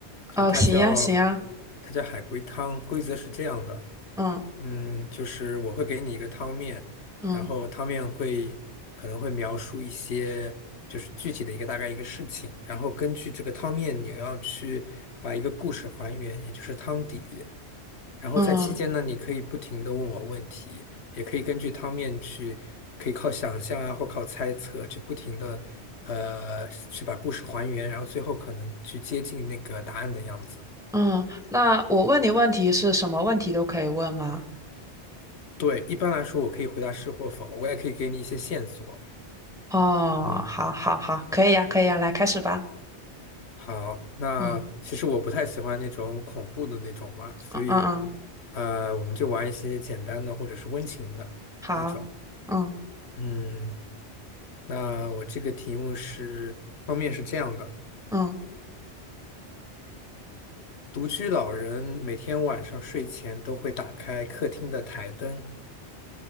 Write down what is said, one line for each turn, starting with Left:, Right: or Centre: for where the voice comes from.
Left: 就是它叫
Centre: 哦，行呀，行呀，
Left: 它叫海龟汤，规则是这样的，
Centre: 嗯
Left: 嗯，就是我会给你一个汤面，
Centre: 嗯
Left: 然后汤面会可能会描述一些就是具体的一个大概一个事情，然后根据这个汤面你要去把一个故事还原，也就是汤底，然后在期间呢，
Centre: 嗯
Left: 你可以不停的问我问题，也可以根据汤面去，可以靠想象啊，或靠猜测去不停的，呃，去把故事还原，然后最后可能去接近那个答案的样子。
Centre: 嗯，那我问你问题是什么问题都可以问吗？
Left: 对，一般来说我可以回答是或否，我也可以给你一些线索。
Centre: 哦，
Left: 嗯，
Centre: 好，好，好，可以呀，可以呀，来开始吧。
Left: 好，那其实我不太喜欢那种恐怖的那种嘛，
Centre: 嗯
Left: 所以，
Centre: 嗯嗯，嗯
Left: 呃，我们就玩一些简单的或者是温情的那种。
Centre: 好，嗯
Left: 嗯，那我这个题目是，方面是这样的。
Centre: 嗯
Left: 独居老人每天晚上睡前都会打开客厅的台灯，